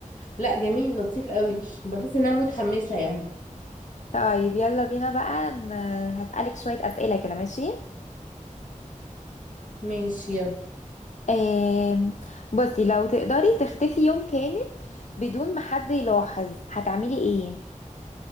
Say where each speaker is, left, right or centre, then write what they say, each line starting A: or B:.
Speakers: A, on the left (about 75°); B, on the left (about 60°).
A: لا جميل لطيف قوي بحس ان انا متحمسه يعني
B: طيب يلا بينا بقى ن- هسالك شويه اسئله كده ماشي
A: ماشي يلا
B: آم، بصي لو تقدري تختفي يوم كامل بدون ما حد يلاحظ هتعملي ايه